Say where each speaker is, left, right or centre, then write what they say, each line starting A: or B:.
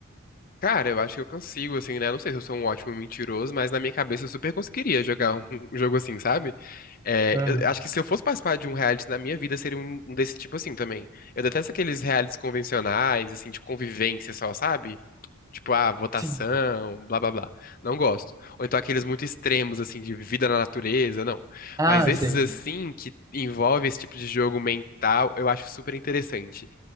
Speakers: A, on the left (about 40°); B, on the right (about 15°).
A: Cara, eu acho que eu consigo, assim, né? Não sei se eu sou um ótimo mentiroso, mas na minha cabeça eu super conseguiria jogar um <laughs> um jogo assim, sabe? É,
B: Aham.
A: eu acho que se eu fosse participar de um reality na minha vida, seria um um desse tipo assim também. Eu detesto aqueles realities convencionais, assim, de convivência só, sabe? Tipo, ah, votação,
B: Sim.
A: blá blá blá. Não gosto. Ou então aqueles muito extremos, assim, de vida na natureza, não.
B: Ah,
A: Mas esses,
B: sei.
A: assim, que envolve esse tipo de jogo mental, eu acho super interessante.